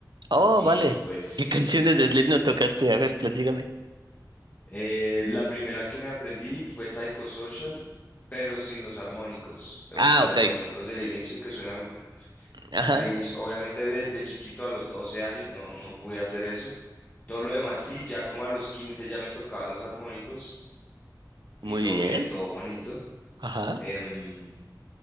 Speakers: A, on the right; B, on the left.
A: Oh,
B: Y
A: vale.
B: pues sí,
A: ¿Qué canciones
B: me
A: de Slipknot tocaste? A ver, platícame.
B: Eh, la primera que me aprendí fue Psychosocial, pero sin los armónicos. O
A: Ah,
B: sea,
A: ok.
B: los armónicos del inicio que suenan
A: Ajá.
B: al inicio. Obviamente de, de chiquito a los 12 años no, no pude hacer eso. Todo lo demás sí, ya como a los 15 ya me tocaba los armónicos
A: Muy
B: y todo
A: bien.
B: bien, todo bonito.
A: Ajá.
B: Em,